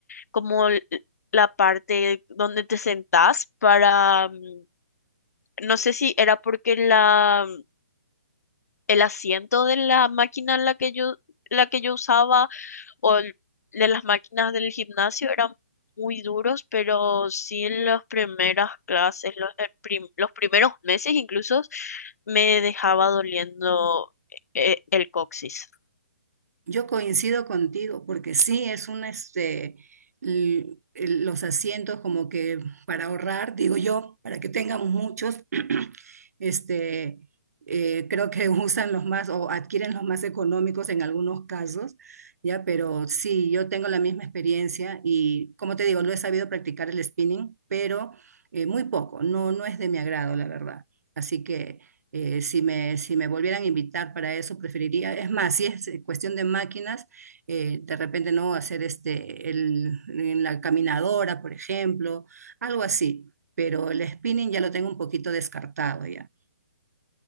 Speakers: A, on the left; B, on the right.
A: como l- la parte donde te sentás para mm, No sé si era porque la, el asiento de la máquina en la que yo la que yo usaba o el- de las máquinas del gimnasio eran muy duros, pero sí en las primeras clases, los, el prim- los primeros meses incluso, me dejaba doliendo eh, el coxis.
B: Yo coincido contigo, porque sí es una, este, l- el- los asientos como que para ahorrar, digo yo, para que tengamos muchos, <clears throat> este, eh, creo que <laughs> usan los más o adquieren los más económicos en algunos casos, ya, pero sí, yo tengo la misma experiencia y como te digo, lo he sabido practicar el spinning, pero eh, muy poco, no, no es de mi agrado, la verdad. Así que eh, si me, si me volvieran a invitar para eso, preferiría, es más, si es eh, cuestión de máquinas, eh, de repente no hacer este, el, en la caminadora, por ejemplo, algo así, pero el spinning ya lo tengo un poquito descartado ya,